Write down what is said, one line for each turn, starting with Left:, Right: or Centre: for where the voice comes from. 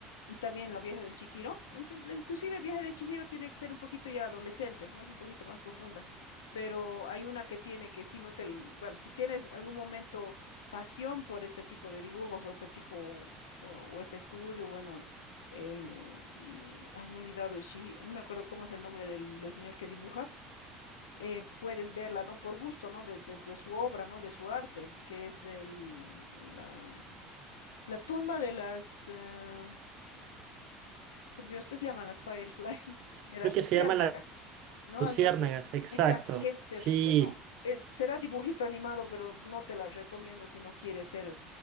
Left: Y también la viaje del Chihiro. en que- Inclusive viaje de Chihiro tiene que ser un poquito ya adolescentes, ¿no? Es un poquito más profunda. Pero hay una que tiene que si no te, l- bueno, si tienes algún momento pasión por este tipo de dibujos o este tipo o, o este estudio, bueno, el, y, ay, me he olvidado, Ishi- no me acuerdo cómo es el nombre del, del señor que dibuja, eh, puedes verla, ¿no? Por gusto, ¿no? De, de- de su obra, ¿no? De su arte, que es el, la, la tumba de las, eh, por Dios, ¿qué se llaman las Firefly? <laughs> De las
Right: Creo que
Left: luciérnagas,
Right: se llama La
Left: ¿no?
Right: Luciérnagas,
Left: Algo así es.
Right: exacto.
Left: Exacto, que es terrible,
Right: Sí.
Left: no. es- será dibujito animado, pero no te la recomiendo si no quieres ser